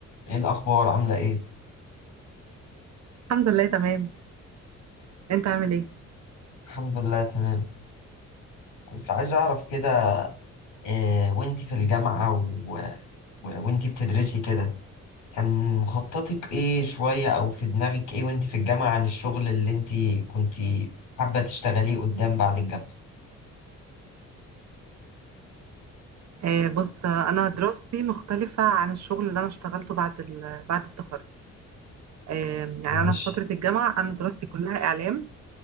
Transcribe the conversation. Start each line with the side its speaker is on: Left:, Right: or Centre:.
Left: ايه الاخبار عامله ايه
Right: الحمد لله تمام انت عامل ايه
Left: الحمد لله تمام كنت عايز اعرف كده إيه وانتي في الجامعه و... و... وانتي بتدرسي كده كان مخططك ايه شويه او في دماغك ايه وانتي في الجامعه عن الشغل اللي انتي كنتي حابه تشتغليه قدام بعد الجامعه
Right: آه بص آه، انا دراستي مختلفة عن الشغل اللي انا اشتغلته بعد ال- بعد التخرج آه يعني
Left: ماشي
Right: انا في فترة الجامعة انا دراستي كلها اعلام